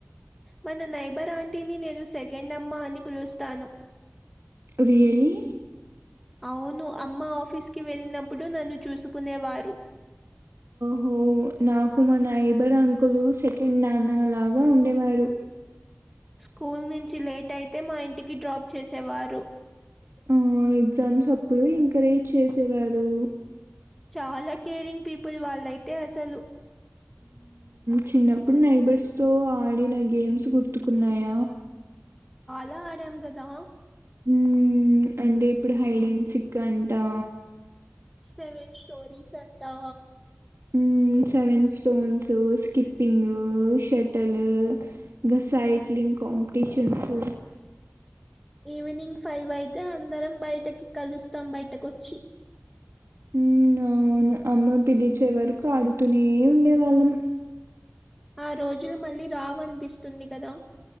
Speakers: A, in the centre; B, on the right.
A: మన నైబర్ ఆంటీని నేను సెకండ్ అమ్మ అని పిలుస్తాను
B: రియల్లీ
A: అవును అమ్మ ఆఫీస్ కి వెళ్ళినప్పుడు నన్ను చూసుకునేవారు
B: హో నాకు మా నైబర్ అంకులు సెకండ్ నాన్న లాగా ఉండేవారు
A: స్కూల్ నుంచి లేట్ అయితే మా ఇంటికి డ్రాప్ చేసేవారు
B: ఆ ఎగ్జామ్స్ అప్పుడు ఎంకరేజ్ చేసేవారు
A: చాలా కేరింగ్ పీపుల్ వాళ్ళయితే అసలు
B: చిన్నప్పుడు నైబర్స్ తో ఆడిన గేమ్స్ గుర్ కున్నాయ
A: ఎలా ఆడాం కదా
B: మ్మ్ అంటే ఇప్పుడు హైడెన్సిక్ అంటా
A: సెవెన్ స్టోరీస్ అంటా
B: మ్మ్ సెవెన్స్ స్టోన్స్ స్కిప్పింగ్ షటలు గ సైక్లింగ్ కాంపిటిషన్ అస్
A: ఈవినింగ్ ఫైవ్ అయితే అందరం బయటకి కలుస్తాం బయటకొచ్చి
B: మ్మ్ అవును అమ్మ పిలిచే వరకు ఆడుతూనే ఉండేవాళ్ళం
A: ఆ రోజులు మళ్ళీ రావనిపిస్తుంది కదా